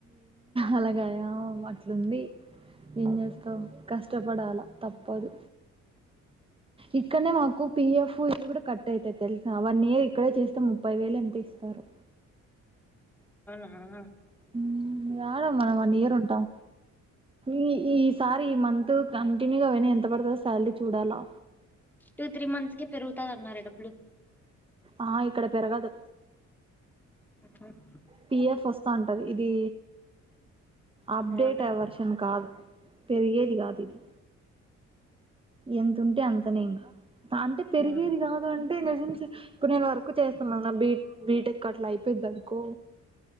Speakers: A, on the right (about 20°); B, in the centre.
A: అలగాయామం అట్లుంది ఏం చేస్తావు కష్టపడాలా తప్పదు ఇక్కన్నే మాకు పిఎఫ్ ఇవిడ కట్ అయితే తెలుసా వన్ ఇయర్ ఇక్కడే చేస్తే ముప్పై వేలు ఎంత ఇస్తారు
B: ఆ
A: మ్ రాాల మనం వన్ ఇయర్ ఉంటాం ఈ ఈసారి ఈ మంత్ కంటిన్యూగనే ఎంత వరకు శాలరీ చూడాలా
B: టూ త్రీ మంత్స్ కి పెరుగుతందన్నారా డబ్బులు
A: ఆ ఇక్కడ పెరగదు
B: మ్
A: పిఎఫ్ వస్తా ఉంటది ఇది అప్డేట
B: అవునా
A: వర్షన్ కాదు పెరిగేద్ గా దిది ఎంతుంటే అంతనే ఇంకా అంటే పెరిగేది
B: నా
A: కాదు అంటే నిజంచే ఇప్పుడు నేను వర్కు చేస్తున్నాను నా బీ బీటెక్ అట్లాయ్ పెద్దనుకో